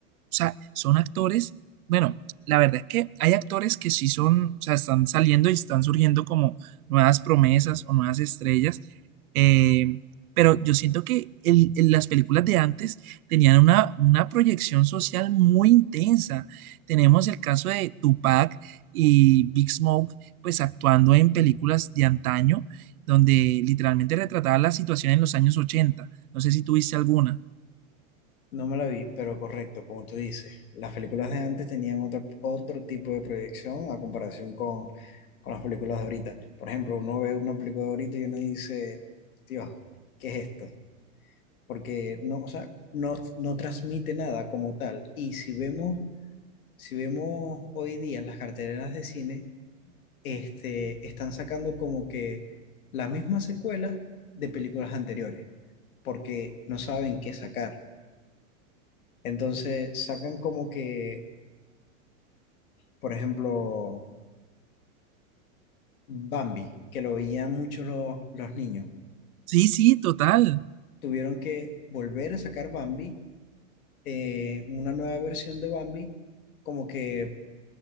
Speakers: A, on the right; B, on the left.
A: sea, son actores. Bueno, la verdad es que hay actores que sí son, o sea, están saliendo y están surgiendo como nuevas promesas o nuevas estrellas. eh, pero yo siento que el- el- las películas de antes tenían una, una proyección social muy intensa. Tenemos el caso de Tupac y Big Smoke, pues actuando en películas de antaño, donde literalmente retrataban la situación en los años ochenta No sé si tuviste alguna.
B: no me la vi, pero correcto, como tú dices. Las películas de antes tenían otro, otro tipo de proyección a comparación con, con las películas de ahorita. Por ejemplo, uno ve una película de ahorita y uno dice, Dios, ¿qué es esto? Porque no, o sea, no, no transmite nada como tal. Y si vemos, si vemos hoy día las carteleras de cine, este, están sacando como que las mismas secuelas de películas anteriores, porque no saben qué sacar. Entonces sacan como que, por ejemplo, Bambi, que lo veían muchos los, los niños,
A: Sí, sí, total.
B: tuvieron que volver a sacar Bambi, eh, una nueva versión de Bambi, como que